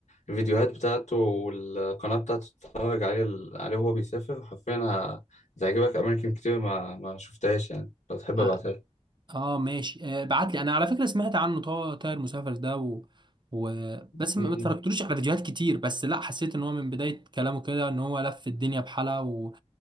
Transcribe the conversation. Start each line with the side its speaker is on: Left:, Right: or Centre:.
Left: الفيديوهات بتاعته والقناه بتاعته تتفرج عليه ال- عليه وهو بيسافر حرفيا ه- هتعجبك اماكن كتير ما ما شفتهاش يعني لو تحب ابعتها
Right: اه
Left: لك
Right: آه، ماشي آه، بعت لي انا على فكره سمعت عنه طا- طائر مسافر ده و... و... بس
Left: مم.
Right: ما ما اتفرجتلوش على فيديوهات كتير بس لا حسيت ان هو من بدايه كلامه كده ان هو لف الدنيا بحالها و...